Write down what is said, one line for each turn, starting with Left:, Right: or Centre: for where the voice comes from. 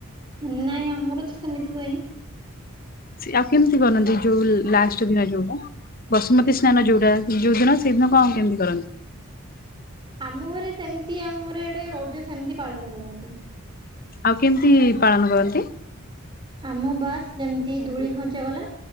Right: ନାଇଁ, ଆମର ତ ସେମିତି ହୁଏନି।
Left: ସେ ଆଉ କେମିତି କରନ୍ତି, ଯୋଉ ଲାଷ୍ଟ ଦିନ ଯୋଉଟା? ବସୁମତୀ ସ୍ନାନ ଯୋଉଟା, ଯୋଉ ଦିନ ସେଦିନ କଣ କେମିତି କରନ୍ତି?
Right: ଆମ ଘରେ ସେମିତି ଆମର ଇଆଡେ, ରଜ ସେମିତି ପାଳନ କରନ୍ତି।
Left: ଆଉ କେମିତି-ଇ ପାଳନ କରନ୍ତି?
Right: ଆମ ବାସ୍ ଯେମିତି, ଧୂଳି ଖଞ୍ଚ ଗଲା।